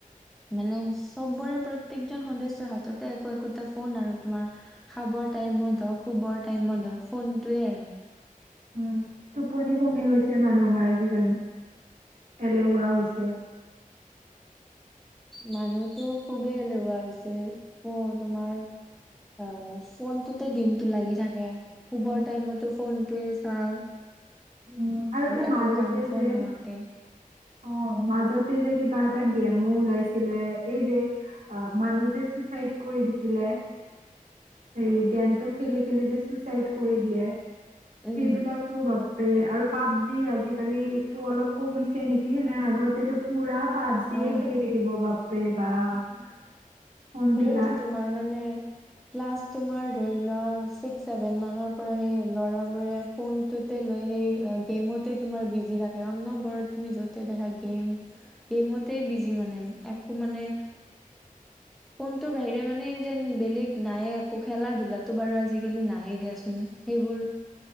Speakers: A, in the centre; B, on the right.
A: মানে চবৰে প্ৰত্যেকজন সদস্য হাততে একো একোটা ফোন আৰু তোমাৰ খাবৰ টাইমত হওঁক শুবৰ টাইমত হওওঁক ফোনটোয়ে আৰু
B: উম টোপনি কমি গৈছে ।মানুহৰ আজিকালি এলেৱা হৈছে।
A: মানুহতো খুবেই এলেহুৱা হৈছে। অ তোমাৰ অ ফোনটোতে দিনতটো লাগি থাকে। শুবৰ
B: উম,
A: টাইমত ফোন তোৱে চাই
B: উম আৰু যে
A: একো
B: মাজতে
A: কাম বন
B: যে
A: নোহোৱাকে
B: অ মাজতে যে কিবা এটা গেম ওলাইছিলে এই যে মানুহ যে চুচাইড কৰি দিছিলে। সে গেমটো। খেলি খেলি যে ছুচাইড কৰি দিয়ে।
A: উম
B: সেইবিলাকো আৰু পাবজি আজিকালিটো অলপ কমিছে নেকি নে আগতেতটো পুৰা পাবজিয়ে
A: অ
B: খেলি থাকিব বাপ। বাপৰে বাপ ফোনবিলাক
A: সেইটো তোমাৰ মানে ক্লাছ তোমাৰ ধৰি লোৱা ছিক্স ছেভেন মানৰ পৰা সেই ল'ৰাবোৰে ফোনটোতে লৈ সেই গেমতে তোমাৰ বিজি থাকে অন্ বৰত তুমি যতে দেখা গেম গেমতে বিজি মানে একো মানে। ফোনটোৰ বাহিৰে মানে যেন বেলেগ নাইে একো খেলা ধূলাতটো বাৰু আজিকালি নাইে দিয়াচোন সেইবোৰ